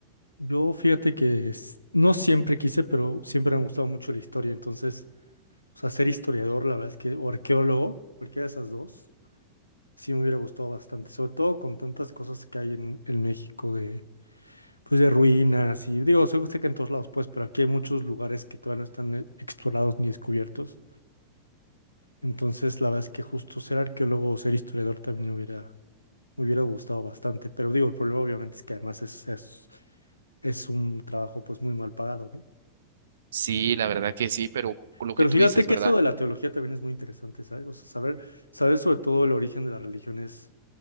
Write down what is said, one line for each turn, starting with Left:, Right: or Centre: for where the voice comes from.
Left: Yo fíjate que es- no siempre quise, pero siempre me ha gustado mucho la historia. Entonces, o sea, ser historiador, la verdad es que, o arqueólogo, cualquiera de esas dos, sí me hubiera gustado bastante. Sobre todo con tantas cosas que hay en, en México de, pues, de ruinas y, digo, sé, sé que en todos lados, pues, pero aquí hay muchos lugares que todavía no están eh, explorados ni descubiertos. Entonces, la verdad es que justo ser arqueólogo o ser historiador también me hubiera, me hubiera gustado bastante. Pero digo, el problema obviamente es que además es, es, es un trabajo pues muy mal pagado, ¿no?
Right: Sí, la verdad que sí, pero lo
Left: Pero
Right: que tú
Left: fíjate
Right: dices,
Left: que
Right: ¿verdad?
Left: eso de la teología también es muy interesante, ¿sabes? O sea, saber, saber sobre todo el origen de las religiones,